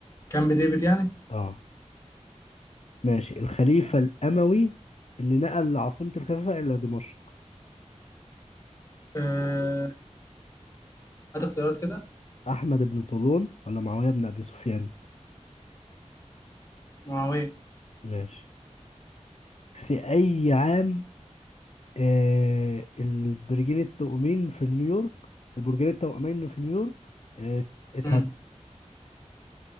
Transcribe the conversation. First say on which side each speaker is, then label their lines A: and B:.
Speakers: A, on the left; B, on the left.
A: كامب ديفيد يعني
B: اه ماشي الخليفة الأموي اللي نقل عاصمة الخلافة إلى دمشق
A: آه هات اختيارات كده
B: أحمد بن طولون ولا معاوية بن أبي سفيان
A: معاوية
B: ماشي في أي عام آه البرجين التوأمين في نيويورك البرجين التوأمين في نيويورك آه اتهد
A: مم.